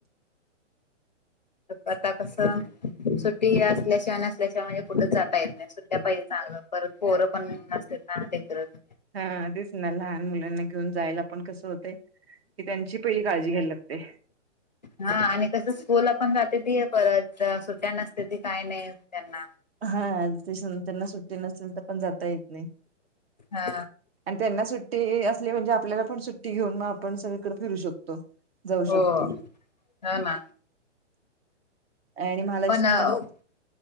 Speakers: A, on the left (about 40°); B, on the right (about 55°).
A: आता कसं सुट्टी असल्याशिवाय नसल्याशिवाय म्हणजे कुठेच जाता येेत नाही ्या पाहिजे चांगलं परत पोरं पण नसत ना ते करत
B: हा तेच ना लहान मुलांना घेऊन जायला पण कस होते की त्यांची पहिली काळजी घ्यायला लागते
A: हा आणि कसं स्कूल पण जाते ती परत सुट्या नसते ती काय नाही त्यांना
B: हा ते त्यांना सुट्टी नसेल तर पण जाता येत नाही
A: हा
B: त्यांना सुट्टी असली म्हणजे आपल्याला पण सुट्टी घेऊन मग आपण सगळीकडे फिरू शकतो जाऊ
A: हो
B: शकतो
A: हा ना
B: आणि महालक्ष्मी
A: प
B: मंद